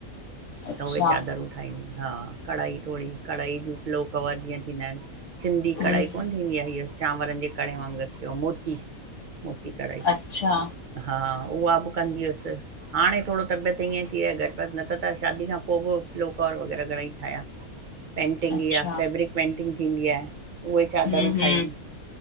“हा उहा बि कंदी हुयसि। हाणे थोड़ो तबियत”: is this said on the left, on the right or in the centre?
Right